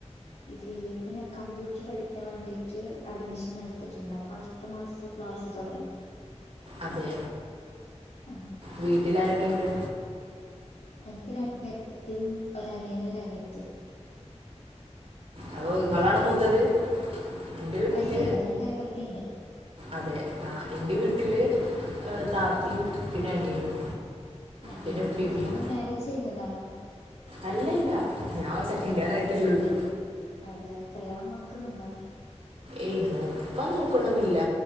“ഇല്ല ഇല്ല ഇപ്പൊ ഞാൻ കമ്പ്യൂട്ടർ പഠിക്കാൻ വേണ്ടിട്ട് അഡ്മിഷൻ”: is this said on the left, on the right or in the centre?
Left